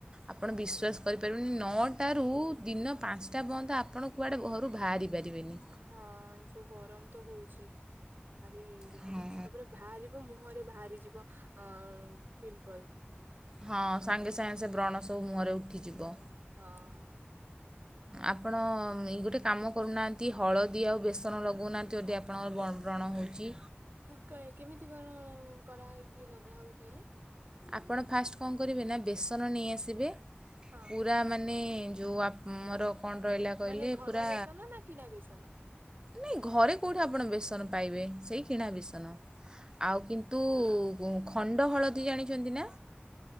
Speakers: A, on the right; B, on the right.
A: ଆପଣ ବିଶ୍ଵାସ କରିପାରିବେନି ନଅଟା ରୁ ଦିନ ପାଞ୍ଚଟା ପର୍ଯ୍ୟନ୍ତ ଆପଣ କୁଆଡୁ ଘରୁ ବାହାରି ପାରିବେନି।
B: ହଁ ଏଇ ଯଉ ଗରମ ତ ହଉଛି। ବାହାରିବ
A: ହଁ।
B: ତାପରେ ବାହାରିବ ମୁହଁରେ ବାହାରିଯିବ ଅ ପିମ୍ପଲ୍।
A: ହଁ ସାଙ୍ଗେ ସାଙ୍ଗେ ସେ ବ୍ରଣ ସବୁ ମୁହଁରେ ଉଠିଯିବ।
B: ହଁ।
A: ଆପଣ ଗୋଟେ କାମ କରୁନାହାଁନ୍ତି ହଳଦୀ ଆଉ ବେସନ ଲଗଉନାହାନ୍ତି ଯଦି ଆପ ଆପଣଙ୍କର ବ୍ରଣ ହୋଉଚି।
B: ହଁ କାଇଁ କେମିତି କଣ କରାହେଇକି ଲଗାହବ କଇ ଲେ?
A: ଆପଣ ଫାଷ୍ଟେ କଣ କରିବେ ନା ବେସନ ନେଇ ଆସିବେ
B: ହଁ।
A: ପୁରା ମାନେ ଯୋଉ ଆମର କଣ ରହିଲା କଇଲେ
B: ମାନେ ଘର
A: ପୁରା
B: ବେସନ ନା କିଣା ବେସନ।
A: ନାଇଁ ଘରେ କୋଉଠି ଆପଣ ବେସନ ପାଇବେ ସେଇ କିଣା ବେସନ? ଆଉ କିନ୍ତୁ ଖଣ୍ଡ ହଳଦୀ ଜାଣି ବିକନ୍ତିନା